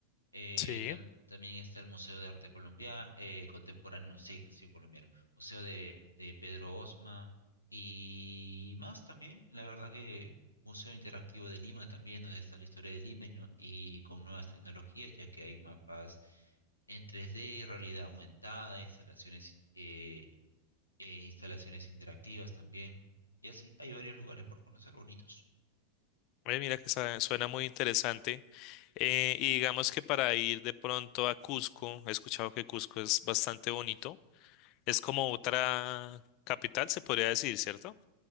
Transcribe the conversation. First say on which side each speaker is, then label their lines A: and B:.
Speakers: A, on the left; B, on the left.
A: Eh,
B: sí.
A: tam- también está el Museo de Arte Colombia, eh, Contemporáneo, sí, que sí, colombiano. Museo de, de Pedro Osma y más también. La verdad que Museo Interactivo de Lima también, donde está la historia de Lima y, nue- y con nuevas tecnologías, ya que hay mapas en 3D, realidad aumentada, instalaciones, eh, eh, instalaciones interactivas también. Y así hay varios lugares por conocer bonitos.
B: Eh, mira que sa- suena muy interesante. Eh, y digamos que para ir de pronto a Cusco, he escuchado que Cusco es bastante bonito. Es como otra capital, se podría decir, ¿cierto?